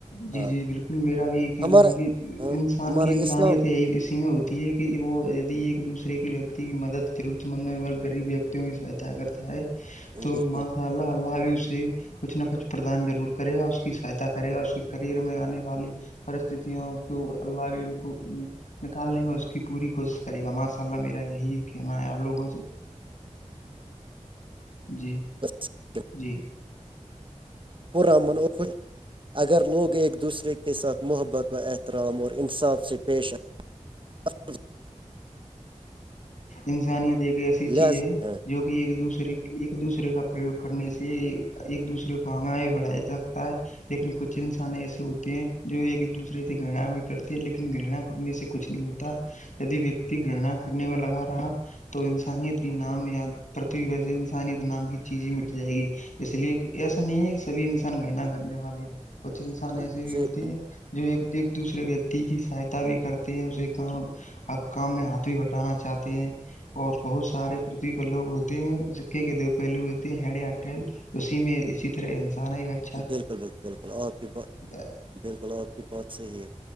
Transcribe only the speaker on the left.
جی
جی بالکل میرا بھی یہی کہنا
ہے کہ
انسان
کی انسانیت
یہی اسی میں ہوتی ہے کہ وہ یدی ایک دوسرے کی ویکتی کی مدد ضرورت مندوں غریب ویکتیوں کی سہایتا کرتا ہے تو
مشاء اللہ اللہ آ سے کچھ نہ کچھ پردان ضرور کرے گا اس کی سہاتا کرے گا اس کے کرئر میں آنے والی پستوں کی اللہ نکالنے میں اس کی پوری کوشش کرے گا ماشاء اللہ میرا یہی کہنا ہے آپ لوگوں سے جی
جی
انسانیت ایک ایسی چیز
ہے جو کہ کہ ایک دوسرے ایک دوسرے کا پرریوگ کرنے سے ایک دوسرے کو آگ بڑھایاات ت لیکن کچھ انسان ایسے ہوتے ہیں جو ایک دوسرے سے گناا بھی کرتے ہیں لیکن گنا کرنے سے کچھ نہیں ہوتا دی ویکتی گرنا کرنے میں لگا رہا تو انسانیت کی نام یا پرتھوی ویسے انسانیت نام کی چیز ہی مٹ جائے گی اس لیے ایسا نہیں ہے کہ سبھی انسان گنا کرنے والے کچھ انسان ایسے
بھی ہوتے ہے جو ایک ایک دوسرے ویکتی کی سہاتا بھی کرتے ہیں اسے کام کام میں ہاتھ بھی بٹ ٹانا چاہتے ہیں اور بہت سارے پرتی لو ہوتے ہیں سکے کے دو پہلو ہوتے ہیں ہڈٹل اسی میں اسی طرح انسان ایک گ
ہے